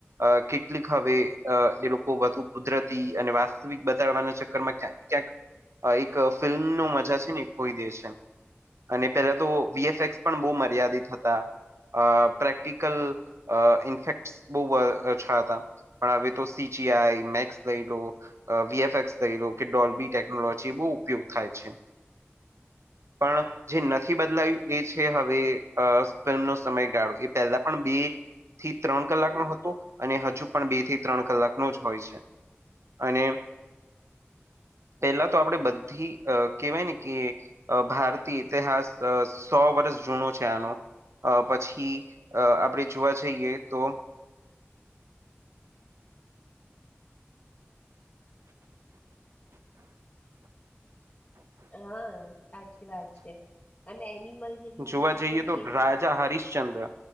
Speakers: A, on the right; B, on the left.
A: અ કેટલીક હવે એ લોકો વધુ કુદરત. અને વાસ્તવિક બતાડવાના ચક્કરમાં ક્યાં ક્યાંક. એક ફિલ્મ ન મજા છે ને એક ખોઈ દે છે. અને પેલા તો વીએફએક્સ પણ બહુ મર્યાદિત હતા. અ પ્રેક્ટિકલ ઇન્ફેક્ટ બહુ અચ્છા હતા. પણ હવે તો સીચીઆઈ મેક્સ. લો વીએફસ થઈ લો કે ડોલબી ટેકનોલોજી બહુ ઉપયોગ થાય છે. પણ જે નથી બદલાયું. એ છે હવે ફિલ્મનો સમયગાળો એ પહેલા પણ બે. થી ત્રણ કલાકનો હતો અને હજુ પણ બે થી ત્રણ કલાકનોો જ હોય છે. અને પહેલા તો આપણે બધી કેહેવાય ને કે. અ ભારતીય ઇતિહાસ સો વર્ષ જૂનો છે આનો. અ પછી અ આપણેે જોવા જઈએ તો.
B: હા સાચી વાત છે અને એનિમલ. જેવી
A: જોવા
B: મૂવી
A: જઈએ તો
B: કેવી
A: રાજા હરિશ્ચંદ્ર.